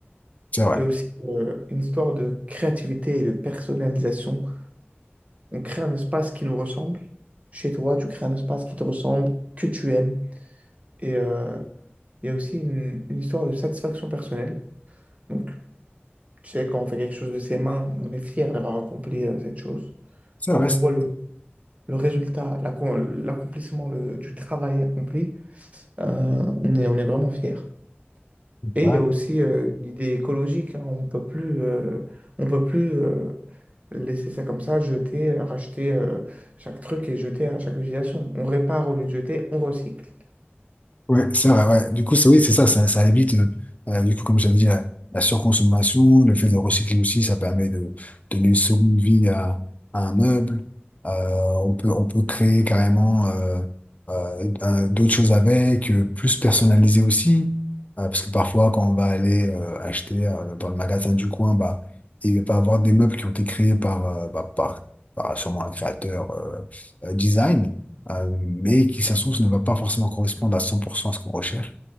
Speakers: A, on the left (about 35°); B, on the right (about 35°).
A: c'est vrai,
B: et aussi euh, une histoire de créativité et de personnalisation. On crée un espace qui nous ressemble. Chez toi, tu crées un espace qui te ressemble, que tu aimes. Et euh, il y a aussi une, une histoire de satisfaction personnelle. Donc, tu sais, quand on fait quelque chose de ses mains, on est fier d'avoir accompli euh, cette chose.
A: c'est
B: Quand
A: vrai. c'est
B: on voit le, le résultat, l'accom- l'accomplissement le- du travail accompli, euh, on est, on est vraiment fier. Et
A: vrai.
B: il y a aussi euh, l'idée écologique, hein. on peut plus, euh, on peut plus euh, laisser ça comme ça, jeter, euh, racheter euh, chaque truc et jeter à chaque utilisation. On répare au lieu de jeter, on recycle.
A: Ouais, c'est vrai, ouais. Du coup, c'est oui, c'est ça, ça, ça évite, euh, euh, du coup, comme j'avais dit, la, la surconsommation, le fait de recycler aussi, ça permet de donner une seconde vie à, à un meuble. Euh, on peut, on peut créer carrément euh, euh, un- d'autres choses avec, euh, plus personnalisé aussi, Euh, parce que parfois, quand on va aller euh, acheter euh, dans le magasin du coin, bah, il va y avoir des meubles qui ont été créés par, euh, bah, par, par sûrement un créateur euh, euh, design euh, mais qui, ça se trouve, ne va pas forcément correspondre à 100% à ce qu'on recherche.